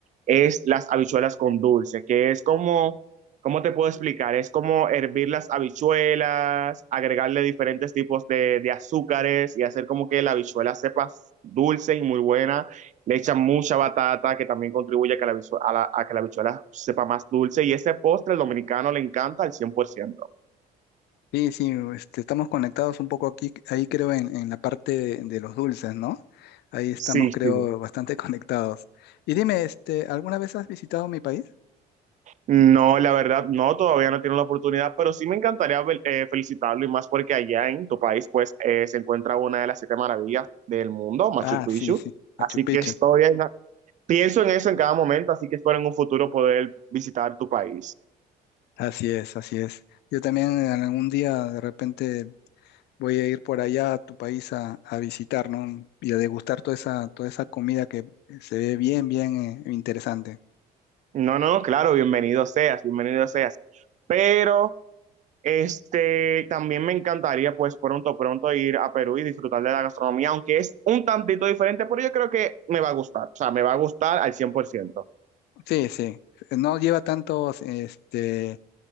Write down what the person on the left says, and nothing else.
Sí, sí, este, estamos conectados un poco aquí, ahí creo en, en la parte de, de los dulces, ¿no? Ahí estamos,
creo,
bastante <laughs> conectados. Y dime, este, ¿alguna vez has visitado mi país?
Ah,
sí, <laughs> sí, Machu
Picchu.
Así es, así es. Yo también en algún día de repente voy a ir por allá a tu país a, a visitar, ¿no? Y a degustar toda esa, toda esa comida que se ve bien, bien eh, interesante.
Sí, sí. No lleva tantos, este,